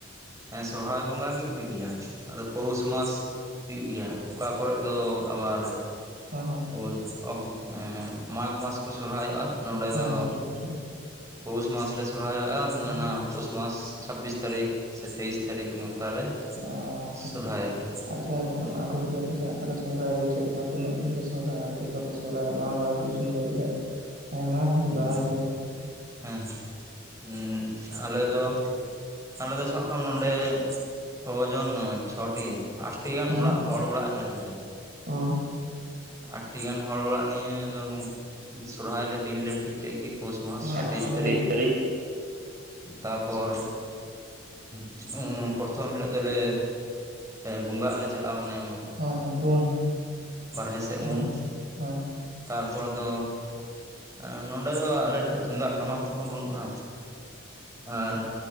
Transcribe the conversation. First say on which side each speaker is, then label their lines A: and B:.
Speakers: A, on the right; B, on the right.
A: ᱦᱮᱸ ᱥᱚᱨᱦᱟᱭ ᱵᱚᱸᱜᱟ ᱜᱮ ᱦᱩᱭᱩᱜ ᱜᱮᱭᱟ ᱟᱫᱚ ᱯᱳᱥ ᱢᱟᱥ ᱦᱩᱭᱩᱜ ᱜᱮᱭᱟ ᱚᱠᱟ ᱠᱚᱨᱮ ᱫᱚ ᱟᱵᱟᱨ
B: ᱦᱮᱸ ᱦᱮᱸ
A: <unintelligible> ᱢᱟᱜᱽ ᱢᱟᱥ ᱠᱚ ᱥᱚᱨᱦᱟᱭᱚᱜᱼᱟ ᱱᱚᱸᱰᱮ
B: ᱦᱮᱸ
A: ᱫᱚ
B: ᱦᱮᱸ ᱴᱷᱤᱠ ᱴᱷᱤᱠ
A: ᱯᱳᱥᱢᱟᱥ ᱞᱮ ᱥᱚᱨᱦᱟᱭᱚᱜᱼᱟ
B: ᱚ
A: ᱚᱱᱟ ᱯᱳᱥᱢᱟᱥ ᱪᱷᱟᱵᱵᱤᱥ ᱛᱟᱹᱨᱤᱠᱷ ᱥᱮ ᱛᱮᱭᱤᱥ ᱛᱟᱹᱨᱤᱠᱷ ᱱᱚᱝᱠᱟᱞᱮ
B: ᱚ ᱴᱷᱤᱠ
A: ᱥᱚᱨᱦᱟᱭᱚᱜ
B: ᱴᱷᱤᱠ
A: ᱜᱮ
B: ᱟᱪ ᱦᱮ ᱜᱚᱝᱠᱮ ᱟᱯᱮᱥᱮᱱᱟᱜ ᱛᱟᱦᱚᱞᱮ ᱥᱚᱦᱨᱟᱭ ᱫᱚ ᱪᱮᱫ ᱞᱮᱠᱟ ᱛᱤᱱᱟᱹᱜ ᱫᱤᱱ ᱯᱮ ᱥᱚᱨᱦᱟᱭᱟ ᱪᱮᱫ ᱞᱮᱠᱟ ᱯᱮ ᱥᱚᱦᱚᱨᱟᱭᱼᱟ ᱱᱚᱣᱟ ᱵᱟᱨᱮᱛᱮ ᱠᱤᱪᱷᱩᱢ ᱞᱟᱹᱭ ᱞᱮᱠᱷᱟᱡ? ᱟᱭᱢᱟ ᱤᱧᱦᱩᱧ
A: ᱦᱮᱸ
B: ᱵᱟᱲᱟᱭ
A: ᱦᱮᱸ
B: ᱜᱮᱭᱟ᱾
A: ᱦᱮᱸ ᱦᱮᱸ ᱟᱞᱮ ᱫᱚ ᱟᱞᱮ ᱫᱚ ᱥᱟᱵ ᱠᱟᱜ ᱢᱮ ᱱᱚᱰᱮ ᱪᱷᱚ ᱡᱚᱱ ᱪᱷᱚᱴᱤ ᱟᱴ -ᱴᱤ ᱜᱟᱱ
B: ᱦᱮᱸ
A: ᱚᱲᱟᱜ ᱦᱚᱲ ᱚᱲᱟᱜ ᱦᱮᱱᱟᱜ ᱞᱮᱭᱟ᱾
B: ᱚ
A: ᱟᱴ ᱴᱤ ᱜᱟᱱ ᱦᱚᱲ ᱚᱲᱟᱜ ᱱᱤᱭᱮ ᱟᱫᱚ ᱥᱚᱨᱦᱟᱭ ᱞᱮ ᱫᱤᱱ ᱞᱮ ᱴᱷᱤᱠ ᱼᱠᱮᱜ ᱜᱤ ᱯᱳᱥ ᱢᱟᱥ
B: ᱱᱟᱯᱟᱭ
A: ᱛᱮᱭᱤᱥ ᱛᱟᱨᱤᱠᱷ᱾ ᱛᱟᱯᱚᱨ <unintelligible> ᱯᱚᱨᱛᱷᱚᱢ ᱦᱤᱞᱳᱜ ᱫᱚᱞᱮ ᱵᱚᱸᱜᱟᱜ ᱞᱮ ᱪᱟᱞᱟᱜᱼᱟ ᱢᱟᱱᱮᱢ
B: ᱦᱳᱭ ᱦᱳᱭ ᱩᱢ᱾
A: ᱵᱟᱨᱦᱮ ᱥᱮᱫ
B: ᱦᱳᱭ
A: ᱩᱢ
B: ᱦᱳᱭ
A: ᱛᱟᱯᱚᱨ ᱫᱚ ᱟᱨ ᱱᱚᱸᱰᱮ ᱫᱚ ᱟᱞᱮ ᱴᱷᱮᱡ ᱛᱩᱢᱫᱟᱜ ᱴᱟᱢᱟᱠ ᱠᱚᱦᱚᱸ ᱵᱟᱹᱱᱩᱜᱼᱟ ᱟᱨ